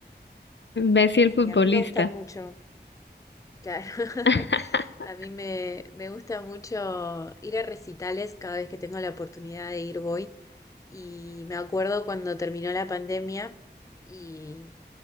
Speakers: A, on the left; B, on the left.
A: Messi el
B: Sí,
A: futbolista.
B: a mí me gusta mucho Claro, <laughs>
A: <laughs>
B: a mí me, me gusta mucho ir a recitales cada vez que tengo la oportunidad de ir voy y me acuerdo cuando terminó la pandemia y